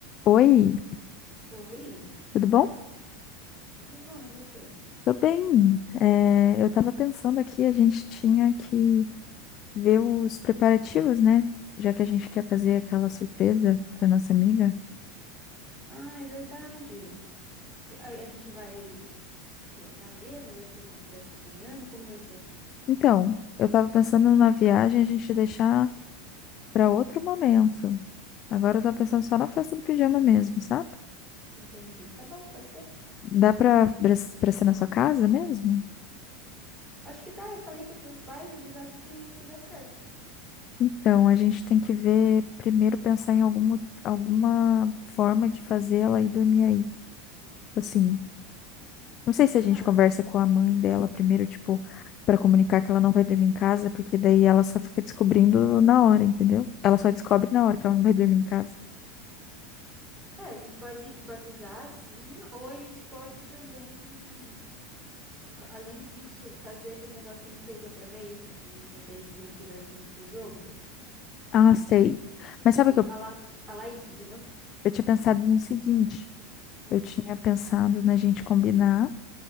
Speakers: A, on the left; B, on the right.
A: Oi,
B: Oi,
A: tudo bom?
B: tudo bom, e você?
A: Tô bem. É, eu tava pensando aqui, a gente tinha que ver os preparativos, né? Já que a gente quer fazer aquela surpresa pra nossa amiga.
B: Ah, é verdade. Que- A, a gente vai viajar mesmo? Vai ser uma festa do pijama? Como vai ser?
A: Então, eu tava pensando na viagem a gente deixar pra outro momento. Agora eu tava pensando só na festa do pijama mesmo, sabe?
B: Entendi. Tá bom, pode ser.
A: Dá pra, pra pra ser na sua casa mesmo?
B: Acho que dá. Eu falei com os meus pais, eles acham que, que dá certo.
A: Então, a gente tem que ver, primeiro pensar em alguma, alguma forma de fazer ela ir dormir aí. Tipo Assim, Não sei se a gente
B: Ah,
A: conversa com a mãe dela primeiro, tipo, pra comunicar que ela não vai dormir em casa, porque daí ela só fica descobrindo na hora, entendeu? Ela só descobre na hora que ela não vai dormir em casa.
B: é, a gente pode, tipo, avisar, sim, ou a gente pode também, fa- além disso, fazer aquele negócio que a gente fez da outra vez, de vocês virem aqui pra gente assistir o jogo.
A: Ah, sei. Mas
B: Tipo,
A: sabe o que
B: falar,
A: eu,
B: falar isso, entendeu?
A: eu tinha pensado no seguinte?
B: Hum.
A: Eu tinha pensado na gente combinar,